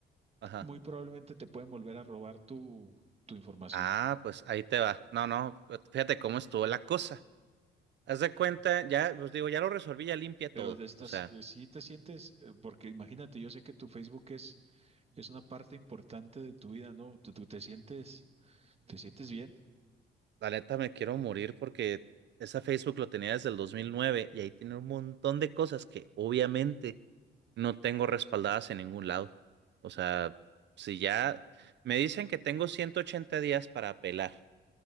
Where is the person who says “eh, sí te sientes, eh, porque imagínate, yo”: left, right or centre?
Right